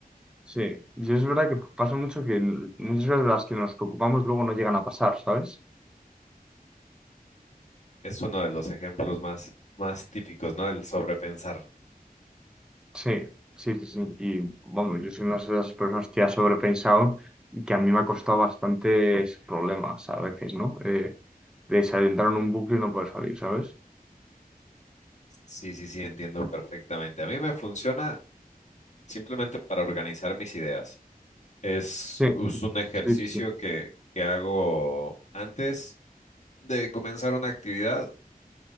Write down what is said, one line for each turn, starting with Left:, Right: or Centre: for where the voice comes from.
Centre: sí, y es verdad que pasa mucho que muchas veces las que nos preocupamos luego no llegan a pasar, ¿sabes?
Left: Es uno de los ejemplos más, más típicos, ¿no? El sobrepensar.
Centre: Sí, sí, sí, sí. Y vamos, yo soy una de esas personas que ha sobrepensado y que a mí me ha costado bastantes problemas a veces, ¿no? Eh, de adentrar en un bucle y no poder salir, ¿sabes?
Left: Sí, sí, sí, entiendo perfectamente. A mí me funciona simplemente para organizar mis ideas. Es,
Centre: Sí,
Left: es un ejercicio
Centre: sí, sí. sí.
Left: que, que hago antes de comenzar una actividad